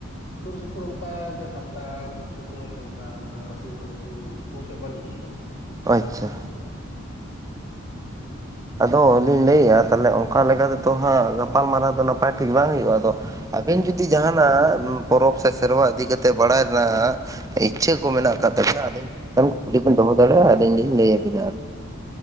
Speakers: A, on the left; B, on the right.
A: ᱥᱩᱨ ᱥᱩᱯᱩᱨ ᱚᱱᱠᱟ ᱡᱮ ᱥᱟᱱᱛᱟᱲ ᱟᱹᱛᱩ ᱠᱚ ᱥᱮ ᱚᱱᱠᱟ ᱨᱟᱥᱤᱧᱚᱜ ᱟᱹᱛᱩ ᱜᱚᱝᱠᱮ ᱵᱟᱹᱱᱩᱜ ᱜᱮᱭᱟ
B: ᱟᱪᱪᱷᱟ ᱟᱫᱚ ᱞᱤᱧ ᱞᱟᱹᱭᱮᱜ-ᱟ ᱛᱟᱦᱚᱞᱮ ᱚᱱᱠᱟ ᱞᱮᱠᱟ ᱛᱮᱫᱚ ᱦᱟᱸᱜ ᱜᱟᱯᱟᱞᱢᱟᱨᱟᱣ ᱫᱚ ᱱᱟᱯᱟᱭ ᱴᱷᱤᱠ ᱵᱟᱝ ᱦᱩᱭᱩᱜ ᱟᱫᱚ ᱟᱵᱮᱱ ᱡᱩᱫᱤ ᱡᱟᱦᱟᱱᱟᱜ ᱯᱚᱨᱚᱵᱽ ᱥᱮ ᱥᱮᱨᱣᱟ ᱤᱫᱤ ᱠᱟᱛᱮᱫ ᱵᱟᱲᱟᱭ ᱨᱮᱱᱟᱜ ᱤᱪᱪᱷᱟᱹ ᱠᱚ ᱢᱮᱱᱟᱜ ᱟᱠᱟᱫ ᱛᱟᱵᱮᱱᱟ ᱟᱫᱚᱧ <inaudible> ᱠᱩᱠᱩᱞᱤ ᱵᱤᱱ ᱫᱚᱦᱚ ᱫᱟᱲᱮᱭᱟᱜᱼᱟ ᱟᱹᱞᱤᱧ ᱞᱤᱧ ᱞᱟᱹᱭ ᱟᱹᱵᱤᱱᱟ ᱟᱨᱠᱤ